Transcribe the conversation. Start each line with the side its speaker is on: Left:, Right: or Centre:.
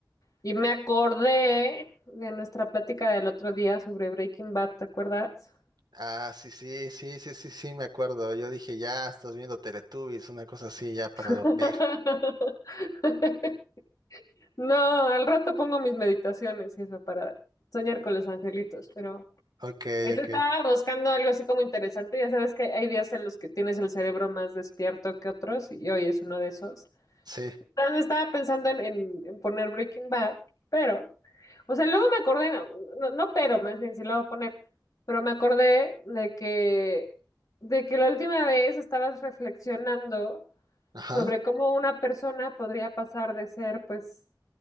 Left: y me acordé de nuestra plática del otro día sobre Breaking Bad, ¿te acuerdas?
Right: Ah, sí, sí, sí, sí, sí, sí, me acuerdo. Yo dije, ya, estás viendo Teletubbies, una cosa así, ya para
Left: <laughs>
Right: dormir.
Left: No, al rato pongo mis meditaciones y eso para soñar con los angelitos, pero
Right: Ok,
Left: pues
Right: ok.
Left: estaba buscando algo así como interesante. Ya sabes que hay días en los que tienes el cerebro más despierto que otros y hoy es uno de esos.
Right: Sí,
Left: Entonces, estaba pensando en, en- en poner Breaking Bad, pero, o sea, luego me acordé, no, no no pero, más bien sí lo voy a poner, pero me acordé de que, de que la última vez estabas reflexionando
Right: ajá.
Left: sobre cómo una persona podría pasar de ser, pues,